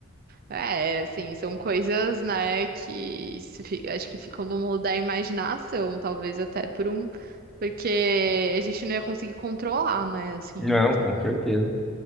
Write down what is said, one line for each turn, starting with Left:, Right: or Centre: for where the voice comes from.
Right: é, assim, são coisas, né, que se fi- acho que ficam no mundo da imaginação, talvez até por um. Porque a gente não ia conseguir controlar, né? Assim,
Centre: Não,
Right: então.
Centre: com certeza.